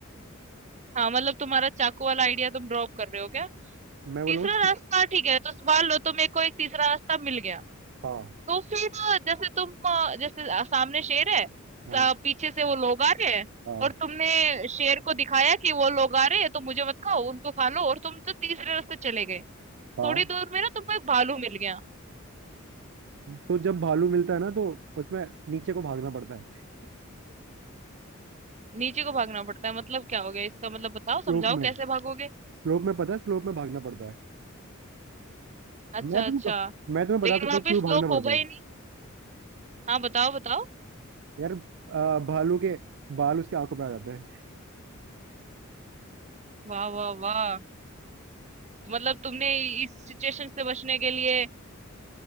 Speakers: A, on the right; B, on the right.
A: हाँ मतलब तुम्हारा चाकू वाला आइडिया तुम ड्रॉप कर रहे हो क्या
B: मैं बोलूँ
A: तीसरा रास्ता ठीक है, तो स मान लो तो मेरे को एक तीसरा रास्ता मिल गया।
B: हाँ
A: तो फिर जैसे तुम अ, जैसे अ, सामने शेर है,
B: हाँ
A: स पीछे से वो लोग आ रहे हैं
B: हाँ
A: और तुमने शेर को दिखाया कि वो लोग आ रहे हैं, तो मुझे मत खाओ, उनको खा लो और तुम तो तीसरे रास्ते चले गए।
B: हाँ
A: थोड़ी दूर में ना तुमको एक भालू मिल गया,
B: तो जब भालू मिलता है ना तो उसमें नीचे को भागना पड़ता है
A: नीचे को भागना पड़ता है, मतलब क्या हो गया इसका मतलब बताओ,
B: स्लोप
A: समझाओ
B: में
A: कैसे भागोगे?
B: स्लोप में पता है स्लोप में भागना पड़ता है
A: अच्छा,
B: मैं तुमको
A: अच्छा।
B: मैं तुम्हें बता
A: लेकिन
B: सकता
A: वहाँ
B: हूँ
A: पे
B: क्यों
A: स्लोप
B: भागना
A: होगा
B: पड़ता
A: ही
B: है
A: नहीं। हाँ, बताओ, बताओ।
B: यार आ, भालू के बाल उसके आंखों पे आ जाते हैं
A: वाह, वाह, वाह! तो मतलब तुमने इस सिचुएशन से बचने के लिए